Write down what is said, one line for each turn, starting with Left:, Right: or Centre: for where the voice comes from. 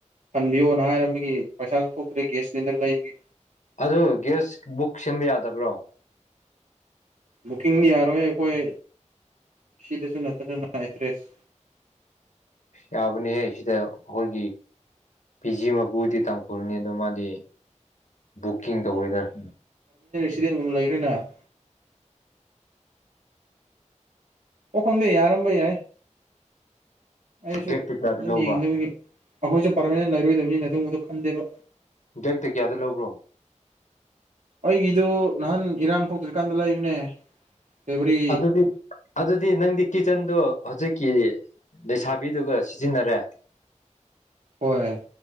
Right: ꯍꯟꯕꯤꯌꯣꯅ ꯍꯥꯏꯔꯝꯕꯒꯤ ꯄꯩꯁꯥꯁꯨ ꯊꯣꯛꯇ꯭ꯔꯦ ꯒ꯭ꯌꯥꯁ ꯁꯤꯂꯤꯟꯗꯔ ꯂꯩꯕꯒꯤ
Left: ꯑꯗꯨ ꯒꯦꯁ ꯕꯨꯛ ꯁꯦꯝꯕ ꯌꯥꯗꯕ꯭ꯔꯣ
Right: ꯕꯨꯀꯤꯡ ꯌꯥꯔꯣꯏ ꯀꯣꯏ ꯁꯤꯗꯁꯨ ꯅꯠꯇꯅꯅ ꯑꯦꯇ꯭ꯔꯦꯁ
Left: ꯑ ꯌꯥꯕꯅꯤꯍꯦ ꯁꯤꯗ ꯑꯩꯈꯣꯏꯒꯤ ꯄꯤ ꯖꯤ ꯃꯄꯨꯔꯗꯤ ꯇꯥꯡꯈꯨꯜꯅꯤ ꯑꯗꯣ ꯃꯥꯗꯤ ꯕꯨꯛꯀꯤꯡ ꯇꯧꯔꯣꯏꯗꯔꯦ
Right: ꯁꯤꯒ ꯂꯩꯔꯦꯅ ꯑꯣ ꯈꯪꯗꯦ ꯌꯥꯔꯝꯕ ꯌꯥꯏ ꯑꯩꯁꯨ
Left: ꯕ꯭ꯂꯦꯛꯇ ꯀꯌꯥꯗ
Right: ꯁꯨꯝ
Left: ꯂꯧꯕ꯭ꯔꯥ
Right: ꯌꯦꯡꯗꯕꯒꯤ ꯑꯩꯈꯣꯏꯁꯨ ꯄꯔꯃꯥꯅꯦꯟ ꯂꯩꯔꯣꯏꯗꯕꯅꯤꯅ ꯑ ꯑꯗꯨꯕꯗꯨꯣ ꯈꯟꯗꯦꯕ
Left: ꯗꯦꯛꯇ ꯀꯌꯥꯗ ꯂꯧꯕ꯭ꯔꯣ
Right: ꯑꯩꯒꯤꯗꯨ ꯅꯍꯥꯟ ꯏꯔꯥꯡ ꯊꯣꯛꯇ꯭ꯔꯤꯀꯥꯟꯗ ꯂꯩꯕꯅꯦ ꯐꯦꯕꯋꯥꯔꯤ
Left: ꯑꯗꯨꯗꯤ ꯑꯗꯨꯗꯤ ꯅꯪꯗꯤ ꯀꯤꯠꯆꯟꯗꯣ ꯍꯧꯖꯤꯛꯀꯤ ꯂꯩꯁꯥꯕꯤꯗꯨꯒ ꯁꯤꯖꯤꯟꯅꯔꯦ
Right: ꯍꯣꯏ